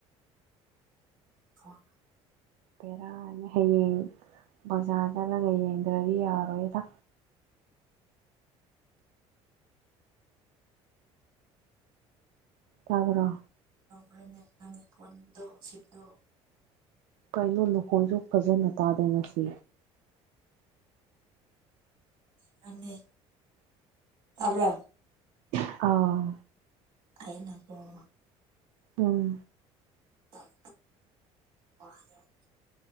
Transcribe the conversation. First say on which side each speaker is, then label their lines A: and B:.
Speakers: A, on the right; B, on the right.
A: <unintelligible>
B: ꯕꯦꯔꯥꯅꯦ ꯍꯌꯦꯡ ꯕꯖꯥꯔ ꯆꯠꯂꯒ ꯌꯦꯡꯗ꯭ꯔꯗꯤ ꯌꯥꯔꯣꯏꯗ ꯇꯥꯕ꯭ꯔꯣ
A: <unintelligible> ꯀꯣꯟꯗꯣ ꯁꯤꯝꯗꯣ
B: ꯀꯩꯅꯣꯃꯈꯣꯟꯁꯨ ꯐꯖꯅ ꯇꯥꯗꯦ ꯉꯁꯤ
A: ꯅꯪꯅꯤ ꯇꯥꯕ꯭ꯔ
B: ꯑꯥꯎ
A: ꯑꯩꯅꯥ ꯀꫭ
B: ꯎꯝꯝ
A: ꯇꯞ <unintelligible>